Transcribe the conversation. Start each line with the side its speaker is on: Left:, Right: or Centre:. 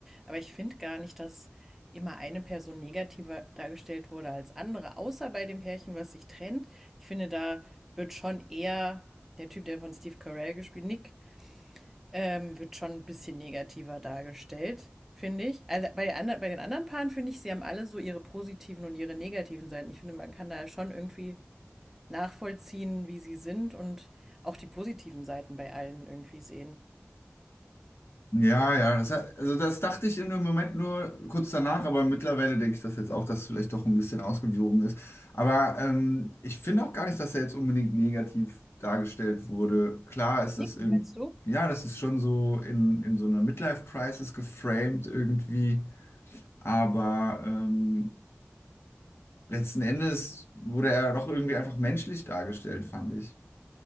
Centre: aber ich finde gar nicht, dass immer eine Person negativer dargestellt wurde als andere, außer bei dem Pärchen, was sich trennt. Ich finde, da wird schon eher der Typ, der von Steve Carell gespielt, Nick, ähm, wird schon ein bisschen negativer dargestellt, finde ich. Also bei den anderen, bei den anderen Paaren finde ich, sie haben alle so ihre positiven und ihre negativen Seiten. Ich finde, man kann da schon irgendwie nachvollziehen, wie sie sind und auch die positiven Seiten bei allen irgendwie sehen.
Left: Ja, ja, das, hat- also das dachte ich im Moment nur kurz danach, aber mittlerweile denke ich das jetzt auch, dass es vielleicht doch ein bisschen ausgewogen ist. Aber ähm, ich finde auch gar nicht, dass er jetzt unbedingt negativ dargestellt wurde. Klar ist
Centre: Nick,
Left: das irgendwie,
Centre: meinst du?
Left: ja, das ist schon so in, in so einer Midlife-Crisis geframed irgendwie, aber ähm, letzten Endes wurde er doch irgendwie einfach menschlich dargestellt, fand ich.